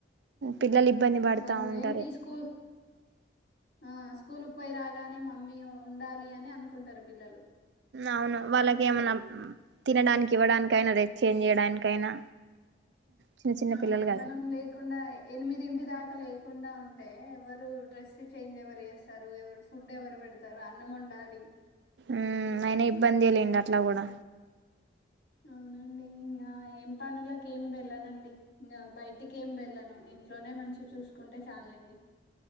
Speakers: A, on the right; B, on the left.
A: పిల్లలు
B: ఆ
A: ఇబ్బంది పడతా
B: వాళ్ళు
A: ఉంటారు
B: ఏంటి ఈ స్కూల్ ఆ స్కూల్కి పోయి రాగానే మమ్మీ ఉండాలి అని అనుకుంటారు పిల్లలు
A: అవును వాళ్ళకి ఏమన్నా తినడానికి ఇవ్వడానికైనా అది ఎక్చేంజ్ చేయడానికైనా చిన్న చిన్న
B: ఆ
A: పిల్లలు కదా
B: మనం లేకుండా ఎనిమిదింటి దాకా లే కాకుండా ఉంటే ఎవరు డ్రెస్ చేంజ్య ఎవరూ స్త ఎవరు ఫుడ్ ఎవరు పెడతారు అన్నం వండాలి
A: ఉమ్ అయినా ఇబ్బంది లేండి అట్లా కూడా
B: అవునండి ఆ ఏం పనులకి ఏం వెళ్ళనండి ఇంకా బయటికి ఏం వెళ్ళను ఇంట్లోనే మంచి చూసుకుంటే చాలుండి